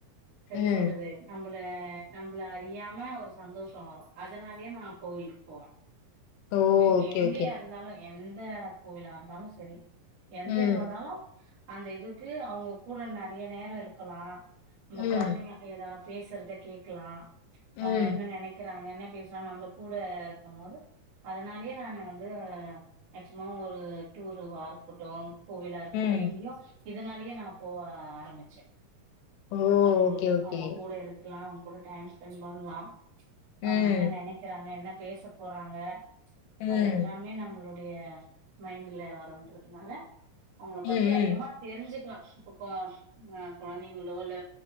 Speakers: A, on the right (about 50°); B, on the left (about 80°).
A: எப்டி
B: ம்
A: சொல்றது நம் நம்பள நம்பள அறியாம ஒரு சந்தோஷோ வரு அதனாலயே நா கோவிலுக்கு போவே
B: ஓ
A: கோவிலுக்கு
B: ஓகே
A: எங்கயா
B: ஓகே
A: இருந்தாலு எந்த கோயிலா இருந்தாலு சரி எந்த
B: ம்
A: இதுவாந்தாலு அந்த இதுக்கு அவங்க கூட நறைய நேர இருக்கலா நம்ப
B: ம்
A: கொழந்தைங்க ஏதா பேசறத கேட்கலா அவங்க
B: ம்
A: என்ன நெனைக்க என்ன பேசுறோ நம்ம கூட இருக்கு போது அதனாலயே நானு வந்து மேக்சிமம் ஒரு டூருவா இருக்கட்டு கோவிலா இருக்கட்டு
B: ம்
A: எங்க்யோ இதனாலயே நா போவ ஆரம்பிச்சே
B: ஓ
A: அவுங்களோடு
B: ஓகே ஓகே
A: அவுங்க கூட இருக்லா கூட டைம் ஸ்பெண் பண்லா அவங்க
B: ம்
A: என்ன நெனைக்கறாங்க என்ன பேச போறாங்க
B: ம்
A: அது எல்லாமே நம்ளுக் உங்களுடைய மைண்ட்ல வந்திருக்கனால அவங்கள பத்தி
B: ம்
A: அதிகமா
B: ம்
A: தெரிஞ்சுக்கலா இப்பக் கொ கொழந்தைங்களோ இல்ல